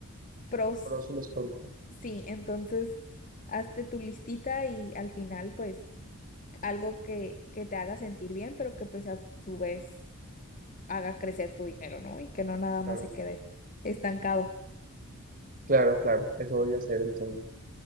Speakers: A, on the left; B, on the right.
A: pros,
B: pros y los contras,
A: sí, entonces hazte tu listita y al final pues algo que, que te haga sentir bien, pero que pues a su vez haga crecer tu dinero, ¿no? Y que no nada
B: claro.
A: más se quede estancado.
B: Claro, claro, eso voy a hacer entonces.